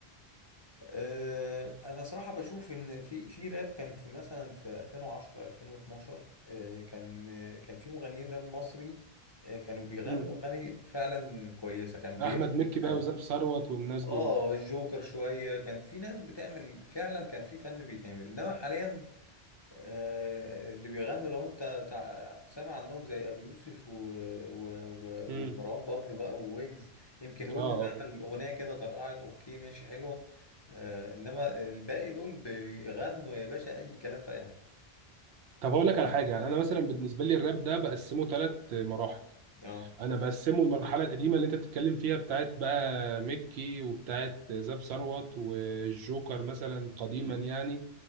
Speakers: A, on the left; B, on the right.
A: آه، انا صراحه بشوف ان في في راب كان في مثلا في 2010 2012 آه، كان آه، كان في مغنيين راب مصري آه، كانوا بيغنوا
B: مم.
A: اغاني فعلا كويسه كان
B: احمد
A: بيثبت
B: مكي بقى وزاب ثروت والناس
A: اه
B: دول
A: الجوكر شوية كان في ناس بتعمل فعلا كان في فن بيتعمل انما حاليا آه اللي بيغنوا لو انت تع- سامع عنهم زي ابي يوسف و... و... و...
B: مم.
A: ومروان بابلو بقى وويجز يمكن ويجز
B: اه اه
A: عمل اغنية كده طرقعت اوكي ماشي حلوة آه انما الباقي دول بيغنوا يا باشا اي كلام في اي حتة
B: طب اقول لك على حاجة انا مثلا بالنسبة لي الراب ده بقسمه ثلاث مراحل
A: اه
B: انا بقسمه المرحلة القديمة اللي انت بتتكلم فيها بتاعت بقى مكي وبتاعت زاب ثروت والجوكر مثلا قديما
A: مم.
B: يعني